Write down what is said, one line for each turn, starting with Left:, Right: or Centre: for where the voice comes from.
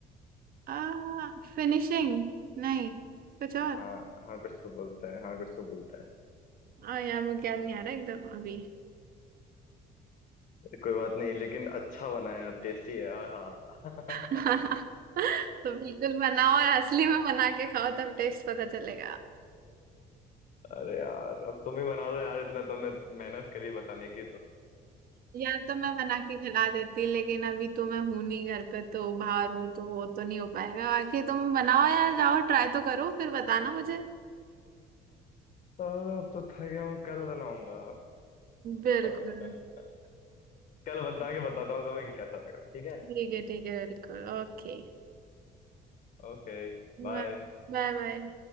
Right: आ, फिनिशिंग नहीं कुछ और
Left: हाँ हाँ कुछ तो बोलते हैं हाँ कुछ तो बोलते हैं
Right: आ, यार मुझे याद नहीं आ रहा एकदम अभी
Left: कोई बात नहीं लेकिन अच्छा बना है यार टेस्टी है हाँ
Right: <laughs>
Left: <laughs>
Right: तो बिल्कुल बनाओ और असली में बना के खाओ तब टेस्ट पता चलेगा
Left: अरे यार अब तुम ही बना दो यार इतना तुमने मेहनत करी बताने की तो
Right: यार तो मैं बना के खिला देती लेकिन अभी तो मैं हूं नहीं घर पे तो बाहर हूँ तो वो तो नहीं हो पाएगा बाकी तुम बनाओ यार जाओ ट्राई तो करो फिर बताना मुझे
Left: अरे, अब तो थक गया हूँ कल बनाऊंगा
Right: बिल्कुल
Left: <laughs> कल बता के बताता हूँ तुम्हें कि कैसा लगा ठीक है
Right: ठीक है ठीक है बिल्कुल ओके
Left: ओके
Right: Bye
Left: बाय
Right: bye bye.